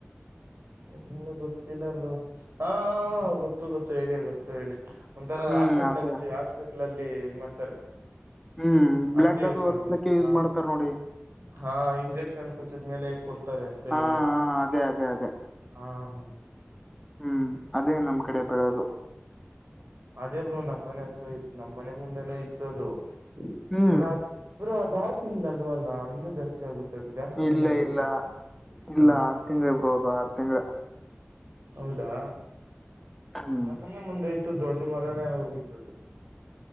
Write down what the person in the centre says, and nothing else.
ಹ್ಮ್
ಅದೇ
ಹ್ಮ್ ಬ್ಲಡ್
ಅದು
ಒರೆಸ್ಲಕ್ಕೆ ಯೂಸ್
ಮಾಡ್ತಾರ ನೋಡಿ
ಹಾ ಹ ಅದೇ ಅದೇ ಅದೇ
ಹ್ಮ್ ಅದೇ ನಮ್ ಕಡೆ ಬೆಳೋದು
ಹ್ಮ್
ಇಲ್ಲ
ಇಲ್ಲ ಇಲ್ಲ
ಆರು ತಿಂಗಳ ಬ್ರೋ ಆರು ತಿಂಗಳ
ಹ್ಮ್